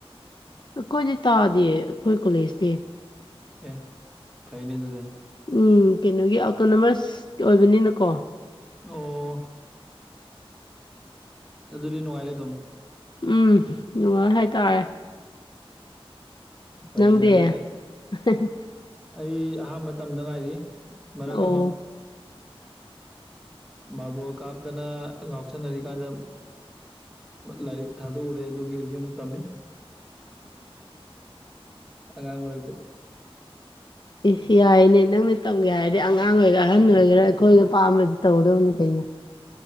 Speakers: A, on the left (about 50°); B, in the centre.
A: ꯑꯩꯈꯣꯏꯗꯤ ꯇꯥꯗꯦ ꯑꯩꯈꯣꯏ ꯀꯣꯂꯦꯖꯇꯤ
B: ꯑꯦ ꯐꯥꯏꯅꯦ ꯑꯗꯨꯗ
A: ꯎꯝ ꯀꯩꯅꯣꯒꯤ ꯑꯣꯇꯣꯅꯣꯃꯁ ꯑꯣꯏꯕꯅꯤꯅꯀꯣ
B: ꯑꯣ ꯑꯗꯨ ꯑꯗꯨꯗꯤ ꯅꯨꯡꯉꯥꯏꯔꯦ ꯑꯗꯨꯝ
A: ꯎꯝ ꯅꯨꯡꯉꯥꯏ ꯍꯥꯏꯇꯥꯔꯦ
B: ꯎꯝꯥꯏꯩꯅꯗꯤ
A: ꯅꯪꯗꯤ
B: ꯑ
A: <unintelligible>
B: ꯑꯩ ꯑꯍꯥꯟꯕ ꯇꯝꯗ ꯉꯥꯏꯔꯤ ꯃꯔꯛ
A: ꯑꯣ
B: ꯑꯃ ꯃꯥꯕꯥꯕꯣ ꯀꯥꯞꯇꯅ ꯉꯥꯎꯁꯟꯅꯔꯤꯀꯥꯟꯗ ꯂꯥꯏꯔꯤꯛ ꯊꯥꯖꯎꯔꯦ ꯑꯗꯨꯒꯤ ꯍꯧꯖꯤꯛ ꯑꯃꯨꯛ ꯇꯝꯃꯤ ꯑꯉꯥꯡꯉ ꯃꯔꯇ
A: ꯑꯦ ꯌꯥꯏꯅꯦ ꯅꯪꯅ ꯇꯧꯒꯦ ꯍꯥꯏꯔꯗꯤ ꯑꯉꯥꯡ ꯑꯣꯏꯒꯦꯔꯥ ꯑꯍꯟ ꯑꯣꯏꯒꯦꯔꯥ ꯑꯩꯈꯣꯏꯅ ꯄꯥꯝꯕꯗꯤ ꯇꯧꯒꯗꯕꯅꯤ ꯀꯩꯅꯣ <inaudible>